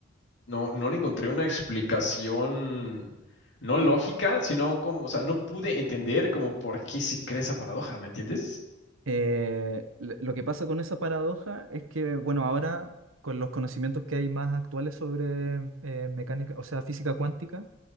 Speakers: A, on the left; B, on the right.
A: No, no le encontré una explicación, no lógica, sino como, o sea, no pude entender como por qué se crea esa paradoja, ¿me entiendes?
B: Eh, l- lo que pasa con esa paradoja es que, bueno, ahora con los conocimientos que hay más actuales sobre eh, mecánica, o sea, física cuántica,